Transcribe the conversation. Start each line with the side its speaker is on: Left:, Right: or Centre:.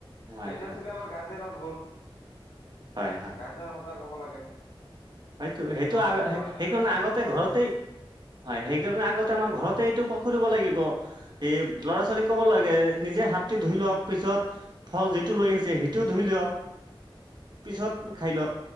Right: হয়
Left: এইটো
Right: হয়
Left: আছিলে আমাৰ গাৰ্জেনৰ ভুল।
Right: হয়, হয়,
Left: গাৰ্জেন সজাগ হ'ব লাগে।
Right: হয়তো। সেইটো
Left: নহ'লেতো
Right: আগ-সেইকাৰণে
Left: এনেকুৱা সমস্যা
Right: আগতে ঘৰতেই
Left: হ'বই
Right: হয়, সেইকাৰণে আগতে আমাৰ ঘৰতে এইটো কৰিব লাগিব। এই ল'ৰা-ছোৱালীক ক'ব লাগে, নিজে হাতটো ধুই লওক পিছত ফল যিটো লৈ আহিছে, সেইটোও ধুই লওক। পিছত খাই ল',